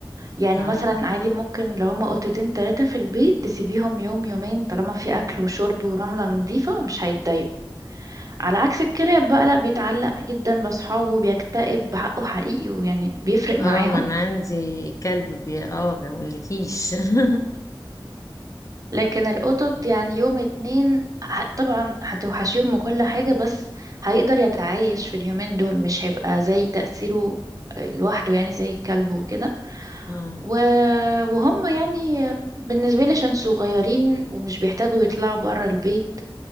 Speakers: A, on the right; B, on the left.
A: يعني
B: اه
A: مثلا عادي ممكن لو هما قطتين تلاتة في البيت تسيبيهم يوم يومين طالما في أكل وشرب ورملة نظيفة مش هيتضايقوا على عكس الكلاب بقى لا بيتعلق جدا بأصحابه بيكتئب بحقه حقيقي ويعني بيفرق معاهم
B: اه ما انا عندي كلب بي اه ما بقولكيش <laughs>
A: لكن القطط يعني يوم اتنين ه- طبعا هتوحشيهم وكل حاجة بس هيقدر يتعايش في اليومين دول مش هيبقى زي تأثيره لوحده يعني زي الكلب وكده
B: اه
A: و... وهم يعني بالنسبة لي عشان صغيرين ومش بيحتاجوا يطلعوا برا البيت